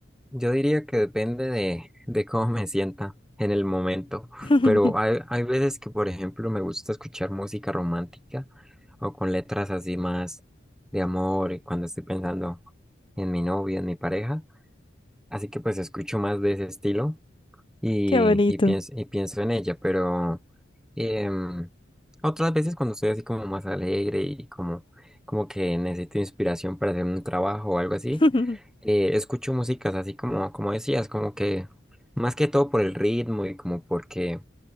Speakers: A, in the centre; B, on the left (about 25°).
A: Yo diría que depende de, de cómo me sienta en el momento,
B: <laughs>
A: pero hay, hay veces que, por ejemplo, me gusta escuchar música romántica o con letras así más de amor y cuando estoy pensando en mi novia, en mi pareja, así que pues escucho más de ese estilo y,
B: Qué bonito.
A: y, pienso, y pienso en ella, pero em, otras veces cuando estoy así como más alegre y como, como que necesito inspiración para hacer un trabajo o algo así,
B: <laughs>
A: eh, escucho músicas así como, como decías, como que más que todo por el ritmo y como porque